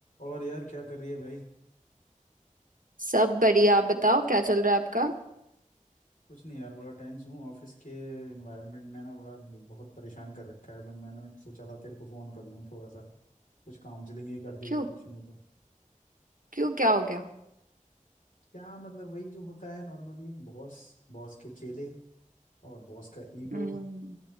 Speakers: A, on the left (about 75°); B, on the right (about 80°).
A: और यार क्या कर रही है भाई
B: सब बढ़िया आप बताओ क्या चल रहा है आपका
A: कुछ नहीं यार बड़ा टेंस हूँ ऑफिस के एनवायरनमेंट ने ना बड़ा बहुत परेशान कर रखा है तो मैंने सोचा ला तेरे को फोन कर लूँ थोड़ा सा कुछ काउंसलिंग ही कर देगी
B: क्यों
A: कुछ नहीं तो
B: क्यों क्या हो गया
A: क्या मतलब वही जो होता है नॉर्मली बॉस बॉस के चेले और बॉस का ईगो
B: हम्म